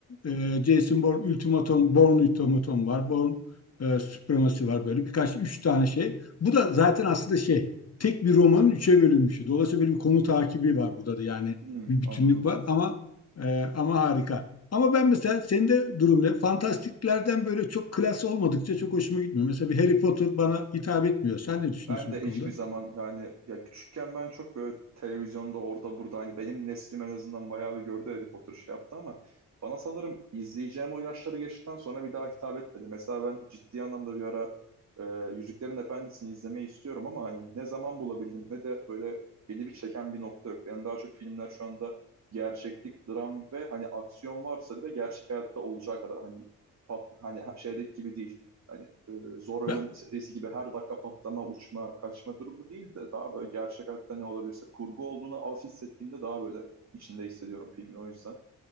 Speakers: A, on the left; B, on the right.
A: e, Jason Bourne Ultimatum, Bourne Ultimatum var. Bourne e, Supremacy var böyle. Birkaç, üç tane şey. Bu da zaten aslında şey. Tek bir romanın üçe bölünmüşü. Dolayısıyla böyle bir konu takibi var burada da. Yani
B: Hmm,
A: bir bütünlük
B: anladım.
A: var ama e, ama harika. Ama ben mesela senin de durum ne? Fantastiklerden böyle çok klas olmadıkça çok hoşuma gitmiyor. Mesela bir Harry Potter bana hitap etmiyor. Sen ne düşünüyorsun
B: Ben de
A: bu konuda?
B: hiçbir zaman yani ya küçükken ben çok böyle televizyonda orada burada hani benim neslim en azından bayağı bir gördü Harry Potter şey yaptı ama bana sanırım izleyeceğim o yaşları geçtikten sonra bir daha hitap etmedi. Mesela ben ciddi anlamda bir ara e, Yüzüklerin Efendisi'ni izlemeyi istiyorum ama hani ne zaman bulabildim ne de böyle beni bir çeken bir nokta yok. Yani daha çok filmler şu anda gerçeklik, dram ve hani aksiyon varsa bile gerçek hayatta olacağı kadar hani pat, hani şeydeki gibi değil hani e, zor ölüm
A: Ben,
B: serisi gibi her dakika patlama, uçma, kaçma durumu değil de daha böyle gerçek hayatta ne olabilirse kurgu olduğunu az hissettiğimde daha böyle içinde hissediyorum filmin o yüzden.